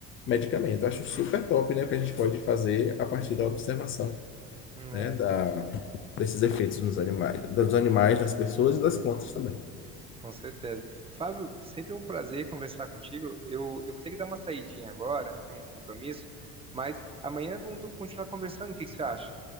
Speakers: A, on the left; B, on the right.
A: medicamento. Acho super top, né, o que a gente pode fazer a partir da observação,
B: Hum,
A: né,
B: É,
A: da, desses efeitos nos animais, dos animais, das pessoas e das plantas também.
B: com certeza. Fábio, sempre um prazer conversar contigo. Eu, eu vou ter que dar uma saidinha agora, tenho um compromisso, mas amanhã vamos continuar conversando. O que que você acha?